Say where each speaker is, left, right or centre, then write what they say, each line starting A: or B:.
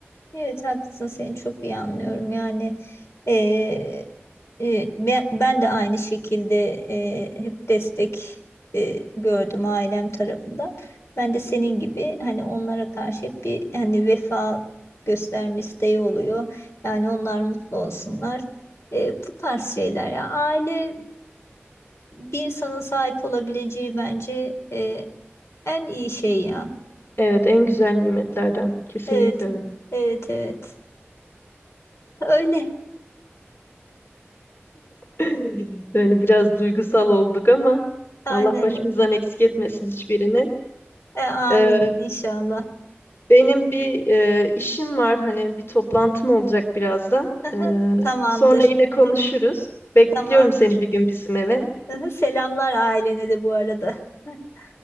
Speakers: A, on the left; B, on the left.
A: Evet haklısın seni çok iyi anlıyorum yani eee, e, ben, ben de aynı şekilde eee, hep destek eee, gördüm ailem tarafından. Ben de senin gibi hani onlara karşı hep bir hani vefa gösterme isteği oluyor. Yani onlar mutlu olsunlar. Eee, bu tarz şeyler ya aile bir insanın sahip olabileceği bence eee, en iyi şey ya.
B: Evet, en güzel nimetlerden. Kesinlikle
A: Evet
B: öyle.
A: evet evet öyle
B: <laughs> Böyle biraz duygusal olduk ama
A: aynen
B: Allah başımızdan eksik etmesin hiçbirini.
A: E, amin
B: Ee,
A: inşallah.
B: benim bir e, işim var hani bir toplantım olacak birazdan.
A: Aha,
B: Ee,
A: Tamamdır.
B: sonra yine konuşuruz. Bekliyorum
A: Tamamdır.
B: seni bir gün bizim eve.
A: Aha, Selamlar ailene de bu arada. <laughs>